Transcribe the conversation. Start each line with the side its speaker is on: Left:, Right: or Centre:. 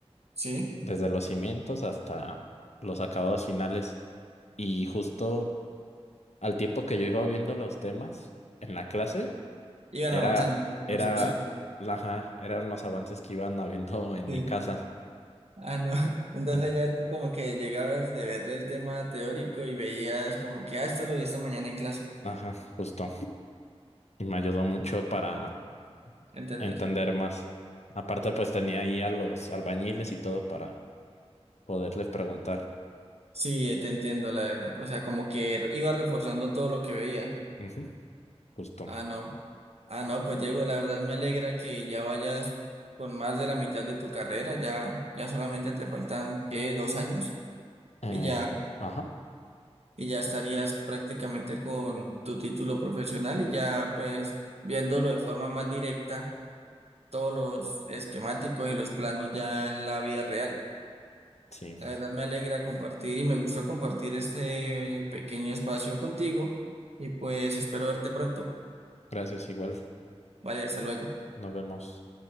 Right: Sí,
Left: desde los cimientos hasta los acabados finales. Y justo al tiempo que yo iba viendo los temas en la clase,
Right: iban
Left: era,
Right: avanzando en
Left: era,
Right: construcción.
Left: la- ajá, eran los avances que iban habiendo en
Right: Sí.
Left: mi casa.
Right: Ah, no. <laughs> Entonces
Left: En-
Right: ya tú como que llegabas de verle el tema teórico y veías como que, ah, esto lo vi esta mañana en clase,
Left: Ajá, justo. y me ayudó mucho para
Right: ¿entendés?
Left: entender más. Aparte, pues tenía ahí a los albañiles y todo para poderles preguntar.
Right: Sí, eh, te entiendo, la verdad. O sea, como que r- iba reforzando todo lo que veías.
Left: Ujú, justo.
Right: Ah, no. Ah, no, pues Diego, la verdad me alegra que ya vayas con más de la mitad de tu carrera. Ya, ya solamente te faltan, ¿qué? Dos años.
Left: Eh,
Right: Y ya,
Left: ajá,
Right: y ya estarías prácticamente con tu título profesional y ya, pues, viéndolo de forma más directa, todos los esquemáticos y los planos ya en la vida real.
Left: sí.
Right: La verdad me alegra compartir y me gustó compartir este pequeño espacio contigo y pues espero verte pronto.
Left: Gracias, igual.
Right: Vale, hasta luego.
Left: Nos vemos.